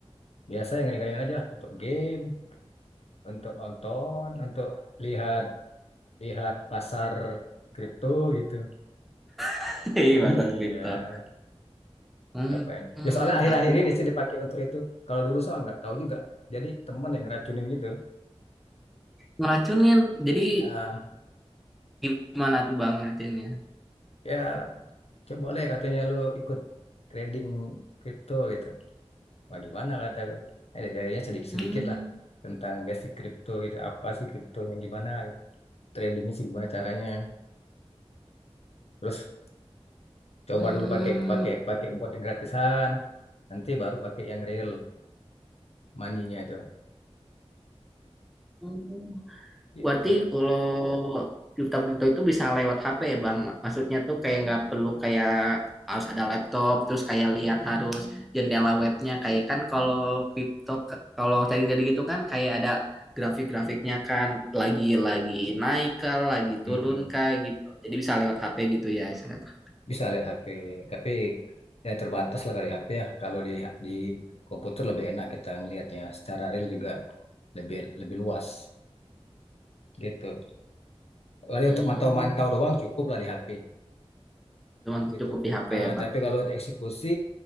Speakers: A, on the left (about 70°); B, in the centre.
A: biasa yang ringan-ringan aja, untuk game, untuk nonton, untuk lihat lihat pasar kripto gitu.
B: <laughs> Hei,
A: <laughs>
B: bahasa
A: Iya,
B: kripto. Hmm,
A: apa yang?
B: hmm,
A: Ya soalnya akhir-akhir
B: aku
A: ini sih dipakai untuk itu. Kalau dulu saya nggak tahu juga. Jadi teman yang ngeracunin gitu.
B: ngeracunin. Jadi
A: Ya,
B: Gimana tuh Bang Martinnya?
A: ya coba boleh katanya lu ikut trading kripto gitu. Wah gimana kata gue. Eh, jadinya sedikit-sedikit
B: Hmm,
A: lah tentang basic kripto gitu. Apa sih kriptonya gimana gitu. Tradingnya sih gimana caranya. Terus coba
B: hmm,
A: dulu pakai pakai pakai buat yang gratisan. Nanti baru pakai yang real money-nya itu.
B: hmm.
A: Gitu.
B: Berarti kalau kripto-kripto itu bisa lewat HP ya Bang? Maksudnya tuh kayak nggak perlu kayak harus ada laptop, terus kayak lihat harus jendela webnya. Kayak kan kalau kripto, kalau trading dari gitu kan kayak ada grafik-grafiknya kan lagi-lagi naik kah, lagi turun
A: Mm-mm.
B: kah gitu. Jadi bisa lewat HP gitu ya. istilahnya.
A: Bisa lihat HP. Tapi ya terbatas lah kali HP ya. Kalau di di komputer lebih enak kita ngelihatnya. Secara real juga lebih lebih luas gitu. Paling
B: Hmm,
A: untuk mantau-mantau doang cukup lah di HP
B: cuman
A: gitu.
B: cukup di HP
A: Ah,
B: ya Bang.
A: tapi kalau untuk eksekusi